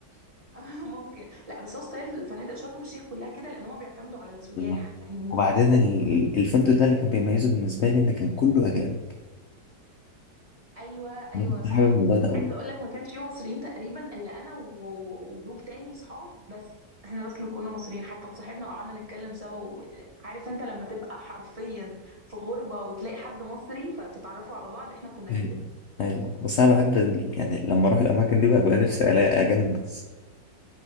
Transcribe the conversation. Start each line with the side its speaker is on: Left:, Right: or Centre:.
Right: <laughs> ممكن لا بس هو ستايل الفنادق شرم الشيخ كلها كده لان هم بيعتمدوا على السياح
Left: والله.
Right: فاهمني
Left: وبعدين ال- الفندق ده اللي كان بيميزه بالنسبه لي ان كان كله اجانب
Right: ايوه ايوه
Left: انا كنت
Right: صح
Left: حابب الموضوع ده قوي
Right: عايزه اقول لك ما كانش فيه مصريين تقريبا الا انا و- و- وجروب تاني صحاب بس احنا بس اللي كنا مصريين حتى اتصاحبنا وقعدنا نتكلم سوا وعارف انت لما تبقى حرفيا في غربه وتلاقي حد مصري فتتعرفوا على بعض احنا كنا
Left: ايوه
Right: كده
Left: ايوه بس انا بحب ال- يعني لما اروح الاماكن دي بقى, بقى نفسي الاقي اجانب بس